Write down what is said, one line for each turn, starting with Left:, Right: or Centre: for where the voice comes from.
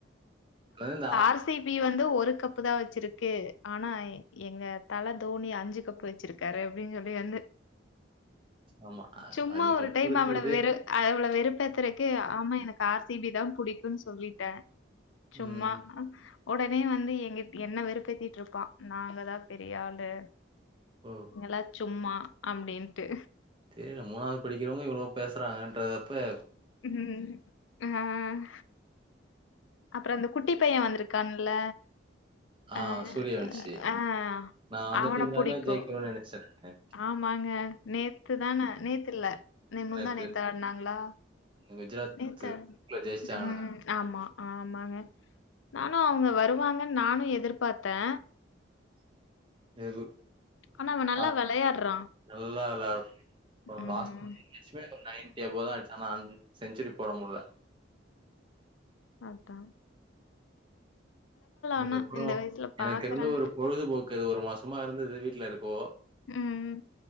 Right: இருந்தா
Left: ஆர் சி பி வந்து ஒரு கப்பு தா வச்சிருக்கு ஆனா எங்க தல தோனி அஞ்சு கப்பு வச்சிருக் காரு அப்டின்னு சொல்லி வந்து
Right: ஆமா. அ
Left: சும்மா
Right: கப்
Left: ஒரு டைம்
Right: இருக்கிறதே
Left: அவள வெறு அவள வெறுப்பேத்துறக்கு ஆமா எனக்கு ஆர் சி பி தா புடிக்கும் சொல்லிட்டே சும்மா
Right: ம்.
Left: உடனே வந்து எங்க என்ன வெறுப்பேத்திட்டு இருப்பா நாங்கதா பெரிய ஆளு
Right: ஓ
Left: எல்லா சும்மா அப்டின்ட்டு
Right: தெரில மூணாது படிக்கிறவங்க இவ்ளோ பேசுறாங்கன்றப்ப
Left: ம் ஆஹ் அப்புறோ அந்த குட்டி பைய வந்திருக்கான்ல
Right: ஆ
Left: அஹ்
Right: சூரியவன்ஷி.
Left: ஆஹ்
Right: நான் அந்த
Left: அவன
Right: டீம் தாங்க
Left: புடிக்கு
Right: ஜெயிக்கணும்னு நினைச்சேன்.
Left: ஆமாங்க நேத்து தானே நேத்துல்ல நே முந்தானேத்து
Right: நேத்து
Left: ஆடுனாங்களா
Right: குஜராத்
Left: நேத்து
Right: ஜெயிச்சானுங்க.
Left: உம் ஆமா ஆமாங்க நானு அவங்க வருவாங்க நானு எதிர்பாத்தே
Right: <inaudible> எது
Left: ஆனா அவன் நல்லா
Right: ஆஹ்
Left: விளையாடுறான்.
Right: நல்லா விளா போன
Left: ம்,
Right: லாஸ் எஸ்பை நைன்டி அபோதா அடிச்சான்னா செஞ்சுரி போட முடில
Left: அதா
Right: இதுக்கப்புறோ
Left: ஆனா இந்த வயசுல
Right: எனக்கு
Left: பார்க்குறாங்க.
Right: இருந்த ஒரு பொழுதுபோக்கு இது ஒரு மாசமா இருந்தது வீட்டுல இருக்கோ
Left: ம்.